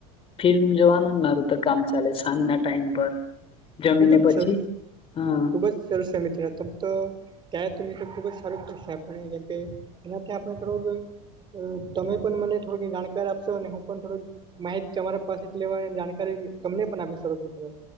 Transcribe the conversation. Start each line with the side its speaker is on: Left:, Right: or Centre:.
Left: ફિલ્મ જોવાનું જ મારું તો કામ ચાલે સાંજ ના ટાઈમ પર જમીને
Right: ખુબ જ
Left: પછી
Right: સરસ
Left: હા
Right: ખુબ જ સરસ છે મિત્ર તમ તો ક્યાં મિત્ર ખુબ જ સારું કરશે આપણે કેમ કે એનાથી આપણે થોડુંક તમે પણ મને થોડું જાણકારી આપશો અને હું પણ થોડુંક માહિત તમારા પાસે લેવાની જાણકારી તમને પણ આપી શ મિત્ર